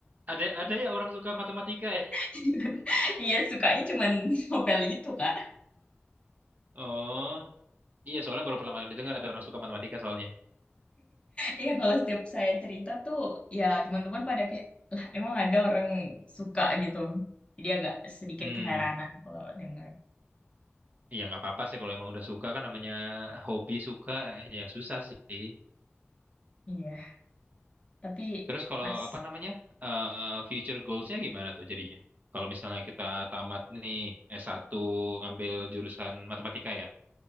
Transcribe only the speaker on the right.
ada ada ya orang suka matematika ya?
Oh, iya soalnya baru pertama kali dengar ada orang suka matematika soalnya.
Hmm,
iya nggak apa-apa sih kalau emang udah suka kan namanya hobi suka ya susah sih.
Terus kalau
apa namanya eh, future goalsnya gimana tuh jadinya? Kalau misalnya kita tamat nih s satu ngambil jurusan matematika ya?